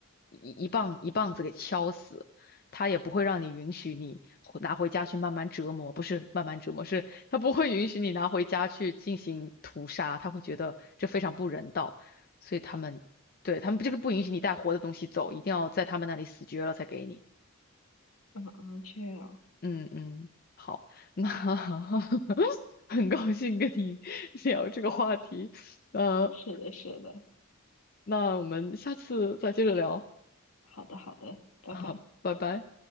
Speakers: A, on the left (about 45°); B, on the left (about 80°).
A: 一一棒一棒子给敲死，他也不会让你允许你回拿回家去慢慢折磨，不是慢慢折磨，是他不会允许你拿回家去进行屠杀，他会觉得这非常不人道，所以他们对他们就是不允许你带活的东西走，一定要在他们那里死绝了才给你。
B: 嗯嗯，这样，
A: 嗯嗯，好，那 <laughs> 很高兴跟你 <laughs> 聊这个话题。呃，
B: 是的，是的。
A: 那我们下次再接着聊
B: 好的，好的，拜拜。
A: 啊，拜拜。